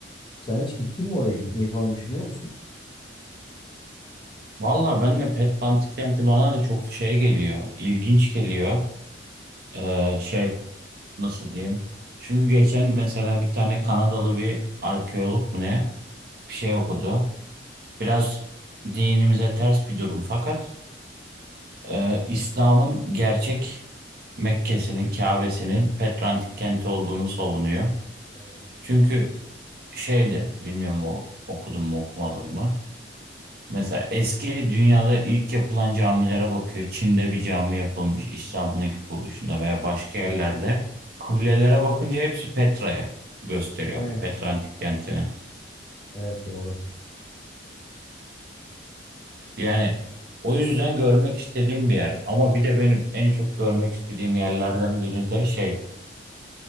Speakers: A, on the left; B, on the right.
A: Sen hiç gittin mi oraya? Gitmeyi falan düşünüyor musun?
B: Valla ben de Petbantik kenti bana da çok şey geliyor. ilginç geliyor. Ee, şey nasıl diyeyim. Çünkü geçen mesela bir tane Kanadalı bir arkeolog mu ne bir şey okudu. Biraz dinimize ters bir durum fakat e, İslam'ın gerçek Mekke'sinin, Kabe'sinin Petrantik kenti olduğunu savunuyor.
A: Evet.
B: Çünkü şeydi bilmiyorum o okudum mu okumadım mı. Mesela eski dünyada ilk yapılan camilere bakıyor. Çin'de bir cami yapılmış İslam'ın ilk kuruluşunda veya başka yerlerde. Kıblelere bakınca hepsi Petra'ya gösteriyor.
A: Aynen.
B: Petra antik kentine.
A: Evet doğru.
B: Yani o yüzden görmek istediğim bir yer. Ama bir de benim en çok görmek istediğim yerlerden biri de şey